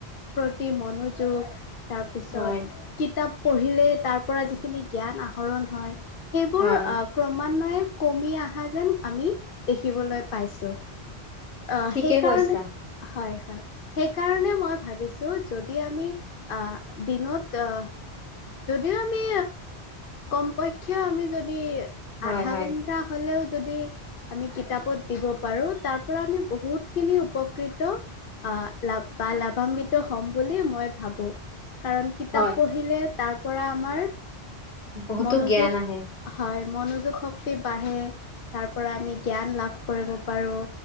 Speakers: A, on the left (about 55°); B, on the left (about 75°).
A: প্ৰতি মনোযোগ থি। তাৰপিছত
B: হয়
A: কিতাপ পঢ়িলে তাৰ পৰা যিখিনি জ্ঞান আহ শৰণ হয় সেইবোৰ
B: হয়
A: ক্ৰমা য় কমি অহা যেন আমি দেখিবলৈ পাইছোঁ। অ
B: ঠিকে
A: সেইকাৰণে
B: কৈছা
A: হয়। সেইকাৰণে মই ভাবিছো যদি আমি আ দিনত আ যদিও আমি কমপক্ষে আমি যদি
B: হয়
A: আধা
B: হয়
A: ঘণ্টা হ'লেও যদি আমি কিতাপত দিব পাৰো তাৰ পৰা আমি বহুতখিনি উপকৃত আহ লাভ বা লাভান্বিত হম বুলি মই ভাবোঁ। কাৰণ কিতাপ
B: হয়
A: পঢ়িলে তাৰ পৰা আমাৰ
B: বহুতো
A: মনোযোগ
B: জ্ঞান আহে
A: হয়। মনোযোগ শক্তি বাঢ়ে। তাৰ পৰা আমি জ্ঞান লাভ কৰিব পাৰোঁ